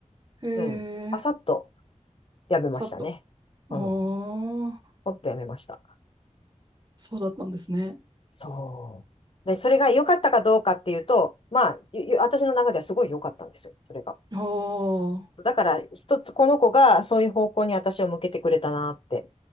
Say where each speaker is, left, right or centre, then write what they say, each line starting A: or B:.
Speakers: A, on the right; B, on the left.
A: へえ、
B: うん、パサッとやめましたね。
A: さっと。おー
B: うん、ほっとやめました。
A: そうだったんですね。
B: そう。で、それが良かったかどうかっていうと、まあ、ゆゆ私の中ではすごい良かったんですよ、それが。
A: おー
B: だから、一つこの子がそういう方向に私を向けてくれたなって。